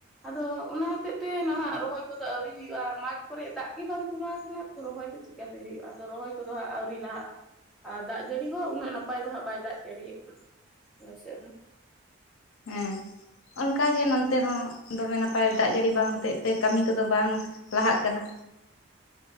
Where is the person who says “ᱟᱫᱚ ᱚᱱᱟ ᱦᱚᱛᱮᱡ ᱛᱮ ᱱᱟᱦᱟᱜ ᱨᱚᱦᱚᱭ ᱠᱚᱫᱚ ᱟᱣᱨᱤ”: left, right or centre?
Centre